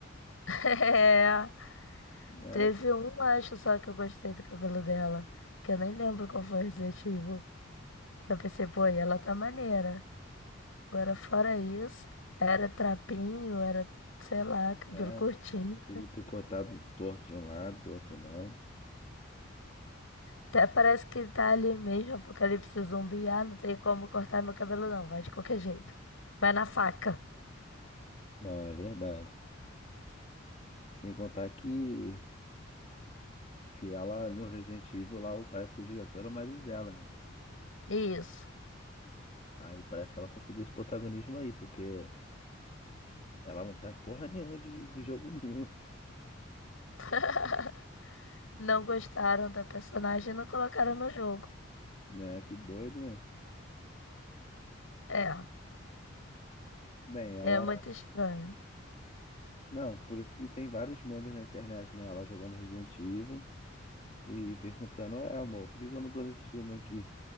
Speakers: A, on the left; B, on the left.
A: <laughs> É,
B: Né,
A: teve
B: pô?
A: um, acho só que eu gostei do cabelo dela. Que eu nem lembro qual foi o objetivo. Que eu pensei, pô, e ela tá maneira. Agora, fora isso, era trapinho, era, sei lá, cabelo
B: É.
A: curtinho.
B: Tudo picotado, torto de um lado, do outro não.
A: Até parece que tá ali mesmo, apocalipse zumbi. Ah, não tem como cortar meu cabelo, não. Vai de qualquer jeito. Vai na faca.
B: Não, é verdade. Sem contar que, que ela, no Resident Evil, lá, o- parece que o diretor é o marido dela, né?
A: Isso.
B: Aí parece que ela conseguiu esse protagonismo aí, porque ela não tá em porra nenhuma de, de jogo <laughs> nenhum,
A: <laughs> Não gostaram da personagem e não colocaram no jogo.
B: né? Que doido, né?
A: É,
B: Bem, ela.
A: é muito estranho.
B: Não, por isso que tem vários memes na internet, né? Ela jogando Resident Evil e perguntando: Ué, amor, por que que eu não tô nesse filme aqui?